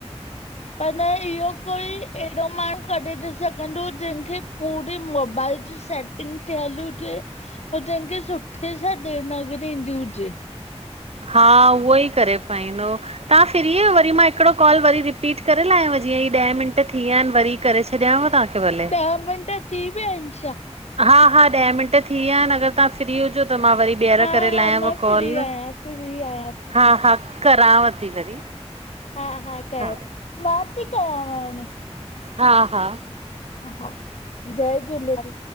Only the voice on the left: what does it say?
पर इयो कोई एड़ो माणू कढी त सघंदो जेंखे पूरी मोबाइल ॼी सेटिंग थेयल हुजे जेंखे सुठे सां देवनागरी ईंदी हुजे।
ॾह मिंट ती वया अन छा?
हा
हा
मां
फ्री आहियां फ्री आहियां फ्री
हा-हा कयो
मां ती कयांव हाणे।
हा-हा जय झूलेलाल।